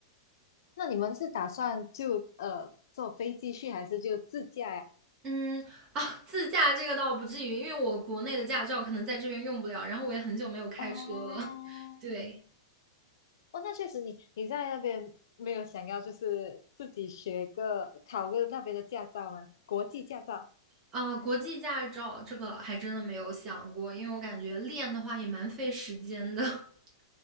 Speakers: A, on the left (about 70°); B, on the right (about 30°).
A: 那你们是打算就呃坐飞机去，还是就自驾呀？
B: 嗯啊，自驾这个倒不至于，因为我国内的驾照可能在这边用不了，然后我也很久没有开车了。
A: 哦，
B: <laughs> 对，
A: 哦，那确实你，你在那边没有想要就是自己学个考个那边的驾照吗？国际驾照，
B: 啊、国际驾照这个还真的没有想过，因为我感觉练的话也蛮费时间的。<laughs>